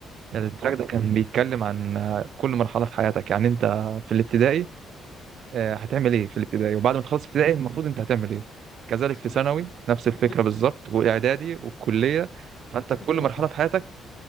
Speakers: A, on the right; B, on the left.
A: التراك ده كان بيتكلم عن كل مرحلة في حياتك يعني انت في الابتدائي آه، هتعمل ايه في الابتدائي وبعد ما تخلص ابتدائي المفروض انت هتعمل ايه كذلك
B: بس كلمات
A: في ثانوي نفس الفكرة
B: تفتكر
A: بالظبط واعدادي والكلية فانت
B: تفتكر
A: كل
B: كلماته
A: مرحلة في حياتك